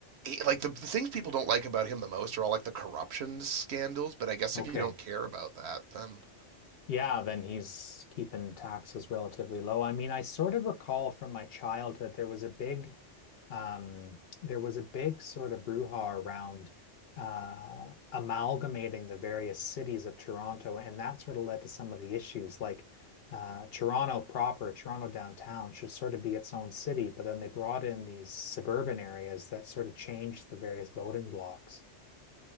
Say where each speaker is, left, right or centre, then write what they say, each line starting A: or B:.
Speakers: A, on the right; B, on the left.
A: eh, like the, the things people don't like about him the most are all like the corruption scandals. But I guess
B: Okay.
A: if you don't care about that, then
B: Yeah, then he's keeping taxes relatively low. I mean, I sort of recall from my childhood there was a big um there was a big sort of brouhaha around uh amalgamating the various cities of Toronto, and that sort of led to some of the issues like uh Toronto proper, Toronto downtown should sort of be its own city, but then they brought in these suburban areas that sort of changed the various voting blocks.